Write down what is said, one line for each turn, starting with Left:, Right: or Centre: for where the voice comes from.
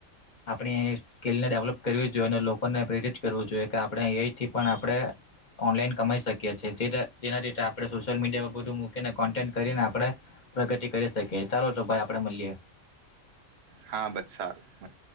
Left: આપણી સ્કીલને ડેવલોપ કરવી જોઈએ અને લોકોને પ્રેરિત કરવું જોઈએ કે આપણે એ થી પણ આપણે ઓનલાઈન કમાઈ શકીએ છીએ જેનાી આપણે સોશિયલ મીડિયા પર બધું મૂકીને કન્ટેન્ટ કરીને આપણે પ્રગતિ કરી શકીએ ચાલો તો ભાઈ અપડે મલ્યે
Right: હા બસ સારું